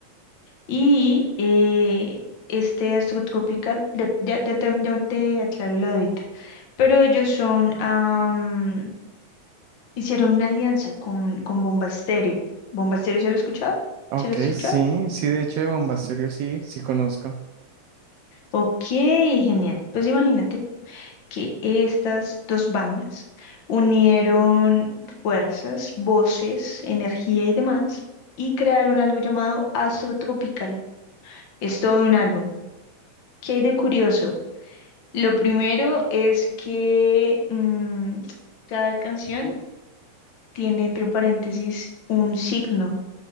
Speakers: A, on the left; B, on the right.
A: Y eh, este astrotropical, ya, ya, ya te, ya te aclaro la dudita, pero ellos son, am, hicieron una alianza con, con Bomba Estéreo. ¿Bomba Estéreo se lo has escuchado?
B: Ok,
A: ¿Se lo has escuchado?
B: sí, sí, de hecho de Bombasterio sí, sí conozco.
A: Ok, genial. Pues imagínate que estas dos bandas unieron fuerzas, voces, energía y demás y crearon algo llamado Astro Tropical Es todo un álbum. ¿Qué hay de curioso? Lo primero es que mm, cada canción tiene entre paréntesis un signo,